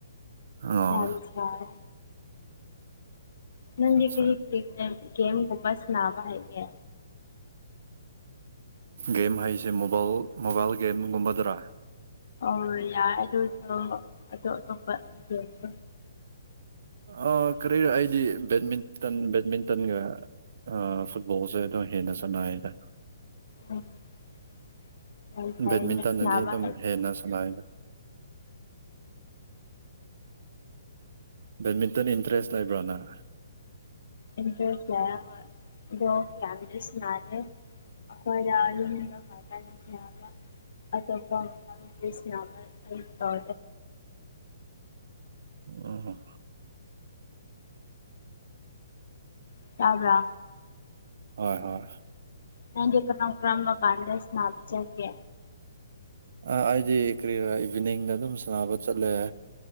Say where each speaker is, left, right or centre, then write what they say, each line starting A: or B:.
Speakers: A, on the right; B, on the left.
A: ꯑꯣ
B: ꯀꯌꯥꯝ ꯁꯥꯏ ꯅꯪꯗꯤ
A: ꯑꯠꯆꯥ
B: ꯀꯔꯤ ꯒꯦꯝ ꯁꯅꯥꯕ ꯍꯩꯒꯦ
A: ꯒꯦꯝ ꯍꯥꯏꯁꯦ ꯃꯣꯕꯥꯏꯜ ꯃꯣꯕꯥꯏꯜ ꯒꯦꯝꯒꯨꯝꯕꯗꯔꯥ
B: ꯍꯣꯏ ꯌꯥꯏ ꯑꯗꯨ ꯑꯣꯏꯔꯁꯨ ꯑꯇꯣꯞ ꯑꯇꯣꯞꯄ ꯒꯝ ꯁꯨ
A: ꯑ ꯀꯔꯤꯅꯣ ꯑꯩꯗꯤ ꯕꯦꯠꯃꯤꯟꯇꯟ ꯕꯦꯠꯃꯤꯟꯇꯟꯒ ꯑ ꯐꯨꯠꯕꯣꯜꯁꯦ ꯑꯗꯨꯝ ꯍꯦꯟꯅ ꯁꯥꯅꯩꯗ
B: ꯎꯝ <unintelligible> <inaudible> ꯌꯥꯝ ꯐꯩꯅꯦ
A: ꯕꯦꯠꯃꯤꯟꯇꯟꯅꯗꯤ
B: ꯑꯗꯨ ꯁꯥꯅꯕꯥ
A: ꯑꯗꯨꯝ
B: ꯍꯩꯕꯗꯣ
A: ꯍꯦꯟꯅ
B: <inaudible>
A: ꯁꯥꯟꯅꯩꯗ ꯕꯦꯠꯃꯤꯟꯇꯟ ꯏꯟꯇꯔꯦꯁ ꯂꯩꯕ꯭ꯔꯥ ꯅꯪ
B: ꯏꯟꯇꯔ ꯀꯌꯥ ꯂ ꯑꯗꯣ ꯀꯌꯥꯗꯤ ꯁꯅꯗꯦ ꯑꯩꯈꯣꯏ ꯌꯥꯗ ꯐꯥꯇ ꯌꯥ ꯑꯇꯣꯞꯄꯁꯅꯥꯃ ꯇ
A: ꯎ
B: ꯇꯥꯕ꯭ꯔꯥ
A: ꯍꯣꯏ ꯍꯣꯏ
B: ꯅꯗꯤ ꯑꯦꯔ ꯑꯣ꯭ꯔꯝꯕ ꯀꯥꯥꯟꯗ ꯁꯅ ꯍꯥꯀꯦ
A: ꯑ ꯑꯩꯗꯤ ꯀꯔꯤ ꯏꯚꯤꯅꯤꯡꯗ ꯑꯗꯨꯝ ꯁꯥꯟꯅꯕ ꯆꯠꯂꯦ